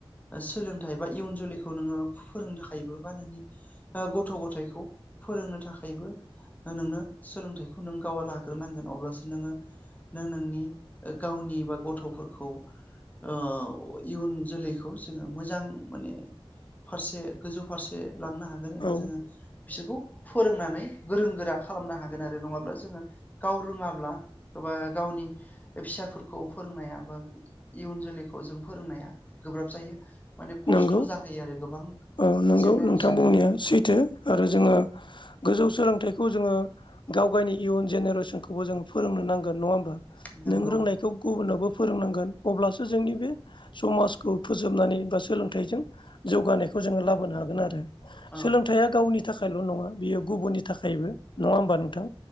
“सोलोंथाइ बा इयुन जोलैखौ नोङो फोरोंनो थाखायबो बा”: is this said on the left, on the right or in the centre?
Left